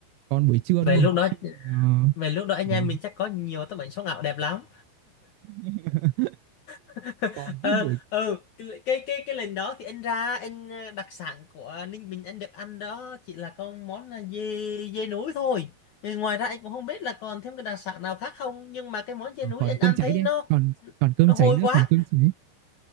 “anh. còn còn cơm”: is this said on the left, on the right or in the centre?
Right